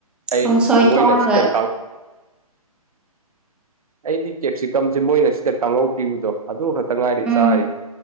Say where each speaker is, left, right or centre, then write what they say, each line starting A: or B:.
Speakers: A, on the right; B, in the centre.
A: ꯑꯩꯒꯤ
B: ꯀꯥꯡꯁꯣꯏ
A: ꯃꯣꯏꯅ
B: ꯊꯣꯡꯔꯒ
A: ꯁꯤꯗ ꯀꯥꯡ ꯑꯩꯗꯤ ꯀꯦꯞꯁꯤꯀꯝꯁꯦ ꯃꯣꯏꯅ ꯁꯤꯗ ꯀꯥꯡꯉꯧ ꯄꯤꯕꯗꯣ ꯑꯗꯨ ꯈꯛꯇ ꯉꯥꯏꯔꯤ
B: ꯎꯝ
A: ꯆꯥꯔꯤꯕ